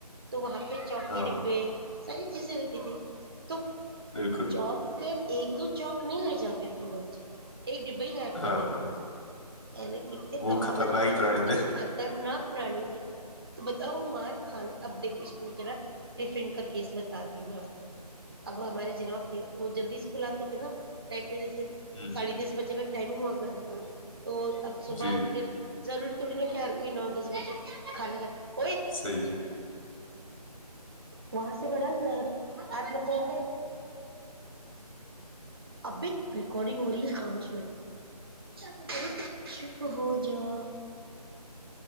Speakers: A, on the right; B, on the left.
A: تو وہاں پہ چوکی
B: ہاں
A: ڈبے ساری چیز دتی تو
B: بالکل
A: جاب کے ایک دو چوک نہیں لے جاتے تھے بچے ایک ڈبے ہی غائب کر
B: ہاں
A: دیتے تھے ا نے کتنے
B: وہ
A: کمباخت
B: خطرناک ہی پرانی تھے
A: خطرناک پرانی د تو بتاؤ مار کھان اب دیکھ اسکول کے نا ٹفن کا کیس بتا آتی ہ میں آپ کو اب ہمارے جناب تھے وہ جلدی اسکول آتے تھے نا ٹائم پہ جیسے
B: ہوں
A: ساڑ دس بجے ک ٹائمنگ ہوا کرتا تھاا تو اب صبح
B: جی
A: اٹ کے ضوری تھوڑی ر کہ ہر کوئی نو دس بجے کھالانا کالا
B: صی ہے
A: وہاں سے بڑا نا ار آھ لمبا ہوتا ہے اب بھی ریکارڈنگ ہو رہی ہے خاموش بیٹ بہت شپ ہو جاؤ